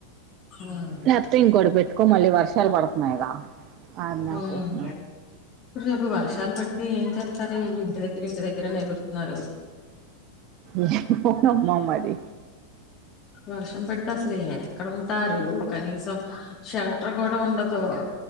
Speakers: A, on the left (about 30°); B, on the right (about 40°).
A: నాగు
B: లేకపోతే ఇంకోటి పెట్టుకో మళ్ళీ వర్షాలు పడుతున్నాయిగా అన్నా
A: హ్మ్
B: చేసిన
A: రేపు వర్షాలు పడి ఏం చెస్తారు ఇళ్ళు ఇంటి దగ్గరే ఇంటి దగ్గరే అని ఎగుర్తున్నారు
B: ఎమో నమ్మ మరి
A: వర్షం పడితే అసలు ఎక్కడ ఉంటారు కనీసం షెల్టర్ కూడా ఉండదు